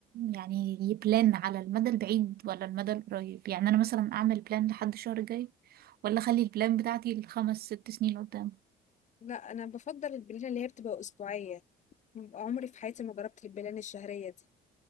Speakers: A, on the right; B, on the left.
A: يعني يبلان على المدى البعيد ولا المدى القريب يعني انا مثلا اعمل بلان لحد الشهر الجاي ولا اخلي البلان بتاعتي لخمس ست سنين قدام
B: لا انا بفضل البلان اللي هي بتبقى اسبوعيه عمري في حياتي ما جربت البلان الشهريه دي